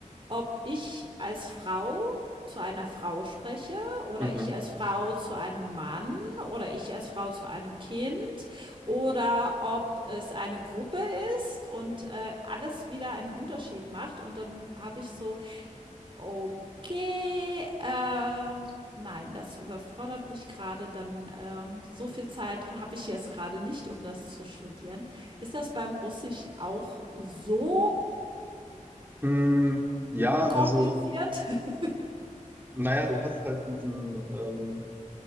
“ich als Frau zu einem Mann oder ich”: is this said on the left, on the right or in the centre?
Right